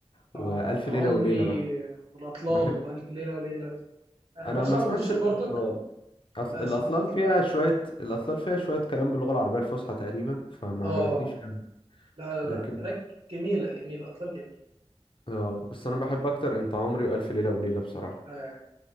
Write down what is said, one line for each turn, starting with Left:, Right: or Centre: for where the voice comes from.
Left: وألف
Right: آه، انت عمري
Left: ليلة وليلة بحب,
Right: والاطلال
Left: بحب
Right: والف ليله وليله أه
Left: أنا
Right: بسمع
Left: ما سمعتش
Right: ام كلثوم
Left: الأصل
Right: برضك
Left: أطل...
Right: لا اسمع
Left: الأطلال
Right: الاطلال
Left: فيها شوية الأطلال فيها شوية كلام باللغة العربية الفصحى تقريبا فما
Right: اه
Left: عجبتنيش أوي
Right: لا لا لا
Left: لكن
Right: لك جميله جميله اطلال جميله
Left: آه بس أنا بحب أكتر أنت عمري وألف ليلة وليلة بصراحة
Right: أه